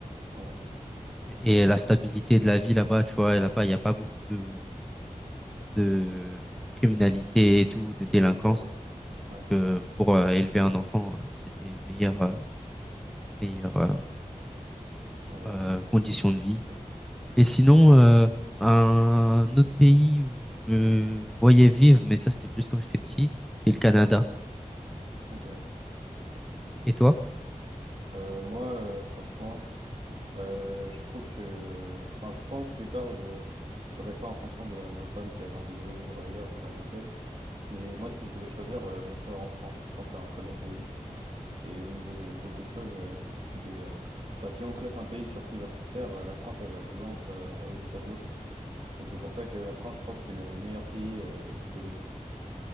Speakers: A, on the right; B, in the centre.
A: Ouais.
B: et la stabilité de la vie là-bas, tu vois, là-bas, il n'y a pas beaucoup de, de criminalité et tout, de délinquance.
A: Ok, ouais. Ouais.
B: que pour euh, élever un enfant, euh, c'est des meilleures, euh, meilleures euh,
A: Ouais, ouais,
B: euh,
A: ouais.
B: conditions de vie.
A: En fait,
B: Et sinon, euh, un autre pays où je me voyais vivre, mais ça c'était plus quand j'étais petit, c'était le Canada.
A: Ok.
B: Et toi?
A: Euh, moi, euh, franchement, euh, je trouve que... Enfin, je pense plus tard, je... je ferai ça en fonction de ma femme. Si elle a envie de vivre ailleurs, j'irai avec elle. Mais moi, si je devais choisir, euh, je resterai en France. Je pense que c'est un très bon pays. Et au niveau de beaucoup de choses, euh, il est. euh, Enfin, si on classe un pays sur plusieurs critères, euh, la France, elle va souvent être euh, en haut du tableau. Et c'est pour ça que la France, je pense, c'est le meilleur pays euh, où tu peux vivre.